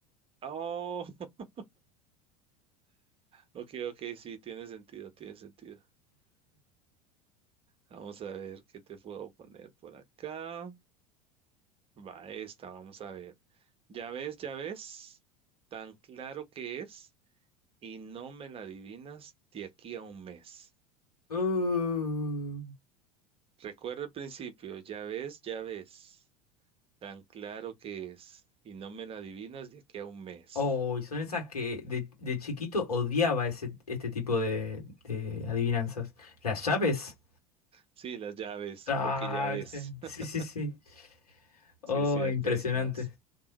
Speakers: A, on the right (about 30°); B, on the left (about 75°).
A: Oh, <laughs> ok, ok, sí, tiene sentido, tiene sentido. Vamos a ver qué te puedo poner por acá. Va esta, vamos a ver. Ya ves, ya ves, tan claro que es y no me la adivinas de aquí a un mes.
B: Uh.
A: Recuerda el principio, ya ves, ya ves. Tan claro que es. Y no me la adivinas de aquí a un mes.
B: Oh, y son esas que de, de chiquito odiaba ese, este tipo de, de adivinanzas. Las llaves.
A: Sí, las llaves,
B: Ah,
A: porque ya ves.
B: viste. Sí,
A: <laughs>
B: sí, sí. Oh,
A: Sí, es cierto,
B: impresionante.
A: ahí estás.